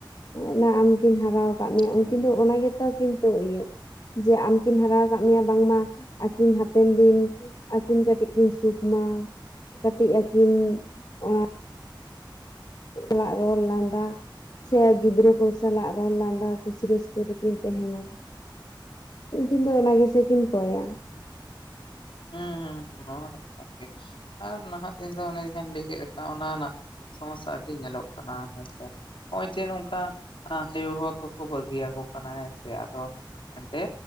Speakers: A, on the left; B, on the left.
A: ᱚᱱᱟ ᱟᱢ ᱠᱤᱱ ᱦᱟᱨᱟᱣ ᱠᱟᱜ ᱢᱮᱭᱟ
B: ᱦᱮᱸ
A: ᱩᱱᱠᱤᱱ ᱫᱚ ᱚᱱᱟ ᱜᱮᱛᱟ ᱠᱤᱱᱛᱳ ᱤᱭᱟᱹ ᱡᱮ ᱟᱢᱠᱤᱱ ᱦᱟᱨᱟ ᱟᱠᱟᱫ ᱢᱮᱭᱟ ᱵᱟᱝᱢᱟ ᱟᱹᱠᱤᱱ ᱦᱟᱯᱮᱱ ᱫᱤᱱ ᱟᱠᱤᱱ ᱠᱟᱹᱴᱤᱡ ᱠᱤᱱ ᱥᱩᱠ ᱢᱟ ᱠᱟᱴᱤᱡ ᱟᱠᱤᱱ ᱚᱱᱟ ᱨᱟᱜ ᱨᱚᱲ ᱞᱟᱸᱫᱟ ᱥᱮ ᱜᱤᱫᱽᱨᱟᱹ ᱠᱚ ᱥᱟᱞᱟᱜ ᱨᱚᱲ ᱞᱟᱸᱫᱟ ᱠᱩᱥᱤ ᱨᱟᱹᱥᱠᱟᱹ ᱨᱮᱠᱤᱱ ᱛᱟᱦᱮᱱᱟ᱾ ᱩᱱᱠᱤᱱ ᱫᱚ ᱚᱱᱟ ᱜᱮᱥᱮ ᱠᱤᱱ ᱠᱚᱭᱟ᱾
B: ᱦᱩᱸ ᱦᱩᱸ ᱱᱚᱣᱟ ᱢᱟ ᱠᱟᱛᱷᱟ ᱠᱟᱱ ᱜᱮ ᱟᱨ ᱱᱟᱦᱟᱜ ᱫᱤᱱ ᱫᱚ ᱚᱱᱮ ᱡᱟᱦᱟᱸᱧ ᱞᱟᱹᱭ ᱠᱮᱫ ᱞᱮᱠᱟ ᱚᱱᱟ ᱨᱮᱱᱟᱜ ᱥᱚᱢᱚᱥᱥᱟ ᱟᱹᱰᱤ ᱧᱮᱞᱚᱜ ᱠᱟᱱᱟ ᱦᱮᱸᱥᱮ ᱾ ᱱᱚᱜᱼᱚᱭ ᱡᱮ ᱱᱚᱝᱠᱟ ᱟᱭᱳ ᱵᱟᱵᱟ ᱠᱚᱠᱚ ᱵᱟᱹᱜᱤᱭᱟᱠᱚ ᱠᱟᱱᱟ ᱦᱮᱸ ᱥᱮ ᱟᱫᱚ ᱮᱱᱛᱮ